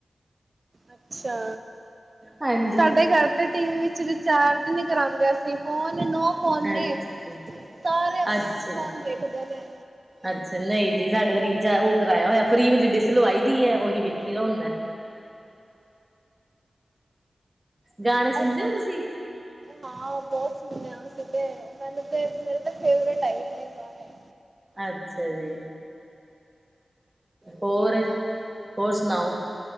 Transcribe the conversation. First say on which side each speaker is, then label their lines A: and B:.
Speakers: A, on the right; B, on the right.
A: ਅੱਛਾ
B: ਹਾਂਜੀ।
A: ਸਾਡੇ ਘਰ ਤੇ ਟੀ ਵੀ ਵਿੱਚ ਚਾਰਜ ਨੀ ਕਰਾਂਦੇ ਅਸੀਂ ਫੋਨ ਨੋ ਫੋਨ
B: ਅੱਛਾ
A: ਨੇ ਸਾਰੇ ਆਪਣਾ-ਆਪਣਾ
B: ਜੀ।
A: ਫੋਨ ਵੇਖਦੇ ਨੇ
B: ਅੱਛਾ ਨਹੀਂ ਜੀ ਸਾਡੇ ਤਾਂ ਰੀਚਾਰਜ ਉਹ ਕਰਾਇਆ ਹੋਇਆ ਫਰੀ ਵਾਲੀ ਡਿਸ ਲਵਾਈ ਦੀ ਹੈ। ਉਹੀ ਵੇਖੀ ਦਾ ਹੁੰਦਾ ਗਾਣੇ ਸੁਣਦੇ
A: ਅੱਛਾ <unintelligible>
B: ਹੋ ਤੁਸੀਂ?
A: ਹਾਂ ਬਹੁਤ ਸੁਣਿਆ ਸੀਧ ਮੈਨੂੰ ਤੇ ਮੇਰੇ ਤਾਂ ਫੇਵਰੇਟ ਆਈ ਉਹਨੇ ਗਾਣੇ।
B: ਅੱਛਾ ਜੀ ਹੋਰ ਹੋਰ ਸੁਣਾਓ